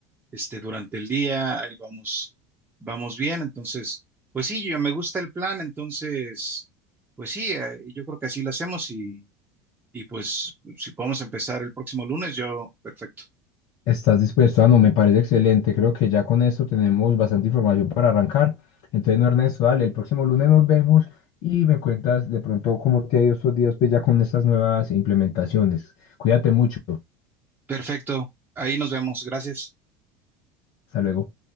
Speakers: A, on the right; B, on the left.
A: este, durante el día, ahí vamos, vamos bien. Entonces, pues sí, yo me gusta el plan, entonces, pues sí, eh, yo creo que así lo hacemos y, y pues si podemos empezar el próximo lunes, yo, perfecto.
B: ¿Estás dispuesto? Ah, no, me parece excelente. Creo que ya con esto tenemos bastante información para arrancar. Entonces, no, Ernesto, dale, el próximo lunes nos vemos y me cuentas de pronto cómo te ha ido estos días pues, ya con estas nuevas implementaciones. Cuídate mucho.
A: Perfecto, ahí nos vemos, gracias.
B: Hasta luego.